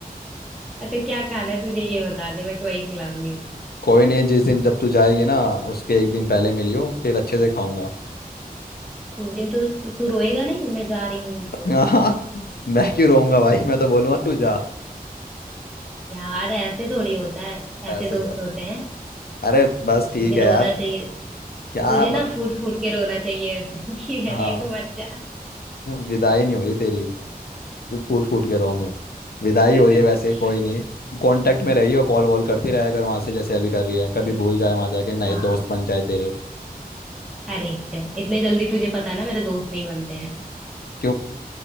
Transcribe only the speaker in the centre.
अच्छा क्या खाना है तुझे ये बता दे मैं तो वही खिलाऊंगी
उस दिन तो तू रोएगा नहीं मैं जा रही हूँ
तो
यार ऐसे थोड़ी होता है
ऐसे दोस्त
होते हैं
तुझे
रोना
चाहिए
तुझे
ना फूट फूट के रोना चाहिए ऐसे <laughs> कि
अरे तू मत जा
<laughs>
अरे,
हाँ
अरे चल इतने जल्दी तुझे पता है ना मेरे दोस्त नहीं बनते हैं